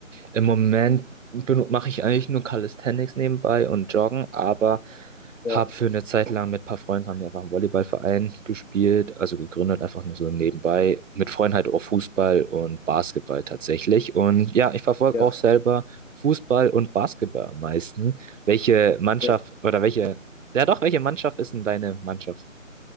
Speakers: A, on the right (about 70°); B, on the left (about 70°).
A: Im Moment benu- mache ich eigentlich nur Calisthenics nebenbei und Joggen, aber
B: Ja,
A: habe für eine Zeit lang mit ein paar Freunden haben wir einfach einen Volleyballverein gespielt, also gegründet, einfach nur so nebenbei. Mit Freunden halt auch Fußball und Basketball tatsächlich. Und ja, ich verfolge
B: ja,
A: auch selber Fußball und Basketball am meisten. Welche Mannschaft
B: ja.
A: oder welche, ja doch, welche Mannschaft ist denn deine Mannschaft?